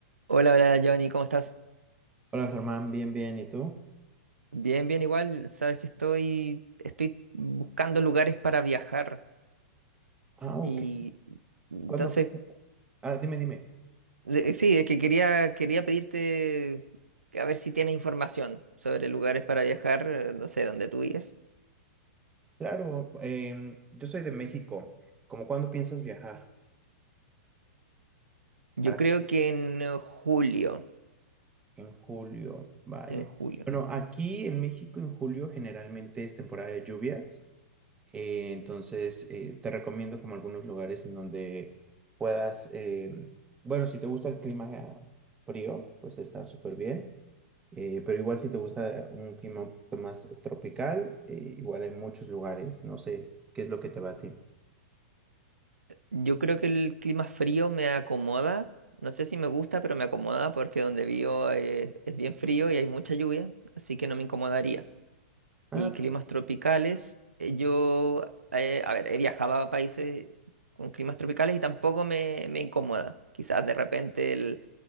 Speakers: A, on the right; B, on the right.
A: Hola, hola, Giovanni, ¿cómo estás?
B: Hola Germán, bien, bien, ¿y tú?
A: Bien, bien, igual. Sabes que estoy, estoy buscando lugares para viajar
B: Ah, ok.
A: y entonces,
B: ¿Cuándo? Ah, dime, dime.
A: eh, sí, es que quería, quería pedirte que a ver si tienes información sobre lugares para viajar, eh, no sé, dónde tú vives.
B: Claro, em, yo soy de México. ¿Cómo cuándo piensas viajar?
A: Yo
B: ¿Para
A: creo que en eh, julio,
B: En julio, vale.
A: en julio.
B: Bueno, aquí en México en julio generalmente es temporada de lluvias, eh, entonces eh, te recomiendo como algunos lugares en donde puedas, em, bueno, si te gusta el clima eh, frío, pues está súper bien. Eh, pero igual si te gusta un clima un poquito más tropical, eh, igual hay muchos lugares, no sé, ¿qué es lo que te va a ti?
A: Yo creo que el clima frío me acomoda. No sé si me gusta, pero me acomoda porque donde vivo eh, es bien frío y hay mucha lluvia, así que no me incomodaría.
B: Ah,
A: y climas tropicales. eh, Yo, eh, a ver, he viajado a países con climas tropicales y tampoco me, me incomoda. Quizás de repente el,